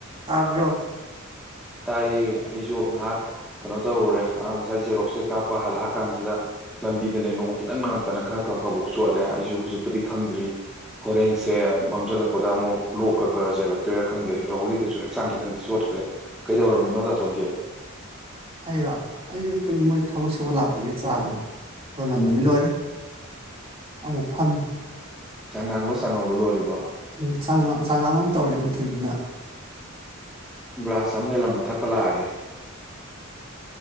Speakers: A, on the right; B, in the centre.
A: ꯇꯥꯕ꯭ꯔꯣ
B: ꯇꯥꯏꯌꯦ ꯑꯩꯁꯨ ꯉꯥꯏꯍꯥꯛ ꯀꯩꯅꯣ ꯇꯧꯔꯨꯔꯦ ꯑ ꯉꯁꯥꯏ ꯖꯦꯔꯣꯛꯁꯦ ꯀꯥꯞꯄ ꯍꯜꯂꯛꯑ ꯀꯥꯟꯁꯤꯗ ꯂꯝꯕꯤꯗꯅꯦ ꯅꯣꯡ ꯈꯤꯇꯪꯅꯉꯛꯇꯅ ꯈꯔ ꯈꯔ ꯈꯔꯕꯧꯛ ꯆꯣꯠꯂꯦ ꯑꯩꯁꯨ ꯍꯧꯖꯤꯛꯄꯨꯗꯤ ꯈꯪꯗ꯭ꯔꯤ ꯍꯣꯔꯦꯟꯁꯦ ꯃꯝꯁꯤꯜꯂꯛꯄꯗ ꯑꯃꯨꯛ ꯂꯣꯛ ꯀ ꯈꯔ ꯆꯦꯜꯂꯛꯇꯣꯏꯔꯥ ꯈꯪꯗꯦ ꯍꯧꯖꯤ ꯐꯥꯎꯕꯗꯤ ꯀꯩꯁꯨ ꯍꯛꯆꯥꯡ ꯈꯤꯇꯪꯗꯤ ꯆꯣꯠꯈ꯭ꯔꯦ ꯀꯩꯗꯧꯔꯝꯃꯤꯅꯣ ꯇꯥꯇꯣꯟꯗꯦ
A: ꯑꯩꯔꯣ ꯑꯩꯁꯨꯦ ꯃꯣꯏ ꯊꯕꯛ ꯁꯨꯍꯠꯂꯛꯄꯒꯤ ꯆꯥꯡ ꯛ ꯂꯣꯜꯂꯝꯕꯅꯤ ꯂꯣꯏꯔꯦ ꯑꯃꯨꯛ ꯐꯝꯃꯤ
B: ꯆꯪꯉꯥꯡꯂꯣ ꯁꯉꯧꯂꯣ ꯂꯣꯜꯂꯤꯕ
A: ꯎꯝ ꯆꯉ ꯆꯉꯥꯡ ꯑꯣꯏꯅ ꯇꯧꯔꯦ ꯅꯨꯡꯊꯤꯜꯅꯤꯅ
B: ꯒ꯭ꯂꯥꯁ ꯆꯝ ꯍꯦꯜꯂꯝꯃꯣ ꯊꯛꯄ ꯂꯥꯛꯑꯒꯦ